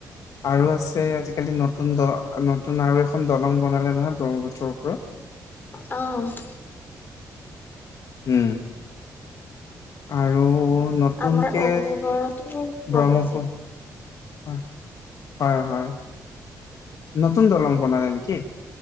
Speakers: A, on the left; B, on the left.
A: আৰু আছে আজিকালি নতুন দ নতুন আৰু এখন দলং বনালে নহয় ব্ৰহ্মপুত্ৰৰ ওপৰত।
B: অঁ।
A: উম। আৰু নতুনকে
B: আমাৰ অগ্নিগড়তো
A: ব্ৰহ্মপুত
B: বনাইছে।
A: হয় হয় হয়, নতুন দলং বনালে নেকি।